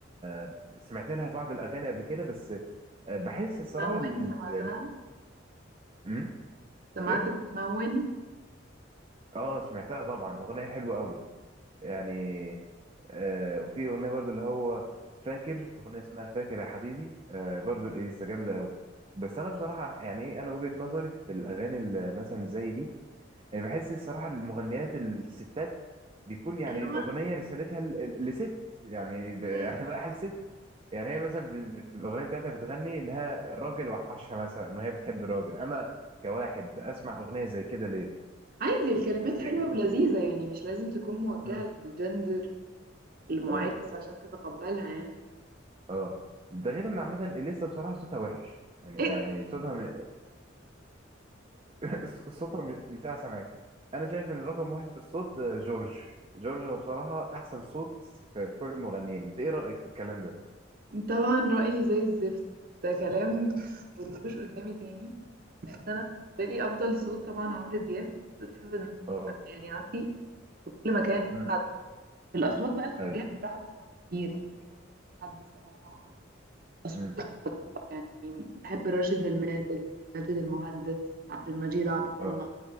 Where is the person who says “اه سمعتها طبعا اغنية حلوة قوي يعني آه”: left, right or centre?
Right